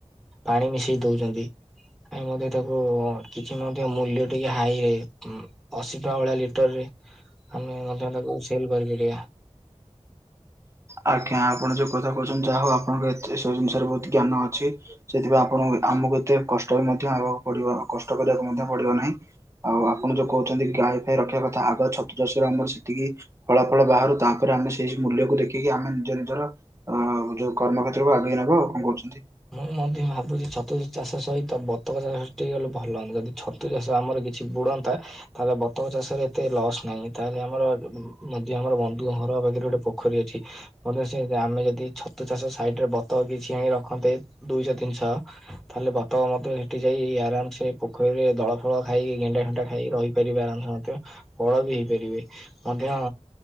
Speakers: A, in the centre; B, on the right (about 25°).
A: ପାଣି ମିଶେଇ ଦଉଚନ୍ତି ଆମେ ମଧ୍ୟ ତାକୁ କିଛି ମଧ୍ୟ ମୂଲ୍ୟ ଟିକେ ହାଇ ରେ ଉଁ ଅଶୀ ଟଙ୍କା ଭଳିଆ ଲିଟରରେ ଆମେ <unintelligible>
B: ଆଜ୍ଞା ଆପଣ ଯୋଉ କଥା କହୁଛନ୍ତି ଯାହା ହଉ ଆପଣଙ୍କୁ ଏତେ ସବୁ ଜିନିଷରେ ବହୁତ୍ ଜ୍ଞାନ ଅଛି। ସେଥିପାଇଁ ଆପଣଙ୍କୁ ଆମକୁ ଏତେ କଷ୍ଟ ବି ମଧ୍ୟ ହେବାକୁ ପଡ଼ିବ କଷ୍ଟ କରିବାକୁ ମଧ୍ୟ ପଡ଼ିବ ନାହିଁ। ଆଉ ଆପଣ ଯୋଉ କହୁଛନ୍ତି ଗାଈ ଫାଇ ରଖିବା କଥା ଆଗ ଛତୁଚାଷ ରେ ଆମର ସେତିକି ଫଳା ଫଳ ବାହାରୁ ତାପରେ ଆମେ ସେଇ ମୂଲ୍ୟକୁ ଦେଖି କି କି ଆମେ ନିଜ ନିଜର ଆ ଯୋଉ କର୍ମ କ୍ଷେତ୍ରକୁ ଆଗେଇ ନେବା ଆଉ କଣ କହୁଛନ୍ତି?
A: ମୁଁ ମଧ୍ୟ ଭାବୁଛି ଛତୁ ଚାଷ ସହିତ ବତକ ଚାଷ ଟିକେ <unintelligible> ଭଲ ହୁଅନ୍ତା ଯଦି ଛ ଛତୁ ଚାଷ ଆମର କିଛି ବୁଡ଼ନ୍ତା ତାହେଲେ ବତକ ଚାଷରେ ଏତେ ଲସ୍ ନାହିଁ ତାହେଲେ ଆମର ମଧ୍ୟ ଆମର ବନ୍ଧୁ ଘର ପାଖରେ ଗୋଟେ ପୋଖରୀ ଅଛି। <unintelligible> ସେ ଆମେ ଯଦି ଛତୁ ଚାଷ ସାଇଡ଼ରେ ବତକ କିଛି ଆଣି ରଖନ୍ତେ। ଦୁଇଶହ ତିନିଶହ ତାହଲେ ବତକ ମଧ୍ୟ ସେଠି ଯାଇ ଆରାମ ସେ ପୋଖରୀରେ ଦଳ ଫଳ ଖାଇ ଗେଣ୍ଡା ଫେଣ୍ଡା ଖାଇ ରହିପାରିବେ ଆରାମସେ ମଧ୍ୟ ଫଳ ବି ହେଇପାରିବେ। ମଧ୍ୟ